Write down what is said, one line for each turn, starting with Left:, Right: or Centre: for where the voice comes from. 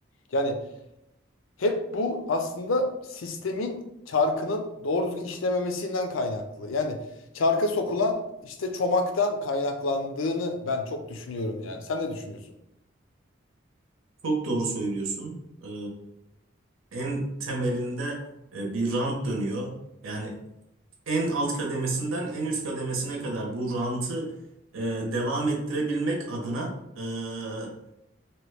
Left: Yani hep bu aslında sistemin çarkının doğru düzgün işlememesinden kaynaklı. Yani çarka sokulan işte çomaktan kaynaklandığını ben çok düşünüyorum yani. Sen ne düşünüyorsun?
Right: Çok doğru söylüyorsun. E, en temelinde e, bir rant dönüyor. Yani en alt kademesinden en üst kademesine kadar bu rantı e, devam ettirebilmek adına e,